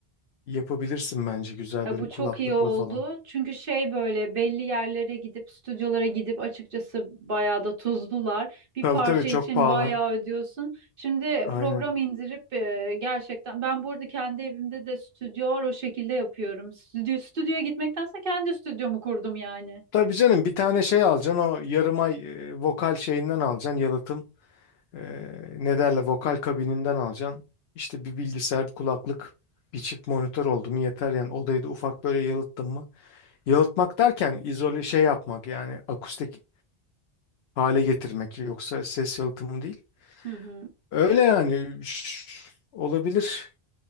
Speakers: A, on the left; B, on the right.
A: e, yapabilirsin bence güzel
B: Ya
A: böyle
B: bu
A: kulaklıkla
B: çok iyi oldu.
A: falan.
B: Çünkü şey böyle belli yerlere gidip stüdyolara gidip açıkçası bayağı da tuzdular. Bir
A: Tabii
B: parça
A: tabii çok
B: için
A: pahalı.
B: bayağı ödüyorsun. Şimdi
A: Aynen.
B: program indirip e, gerçekten ben burada kendi evimde de stüdyo var o şekilde yapıyorum. Stüdyo, stüdyoya gitmektense kendi stüdyomu kurdum yani.
A: Tabii canım bir tane şey alacaksın o yarım ay e, vokal şeyinden alacaksın yalıtım. E, ne derler vokal kabininden alacaksın. İşte bir bilgisayar bir kulaklık bir çift monitör oldu mu yeter yani odayı da ufak böyle yalıttın mı? Yalıtmak derken izole şey yapmak yani akustik hale getirmek yoksa ses yalıtımı değil.
B: Hı hı.
A: Öyle yani ş- olabilir.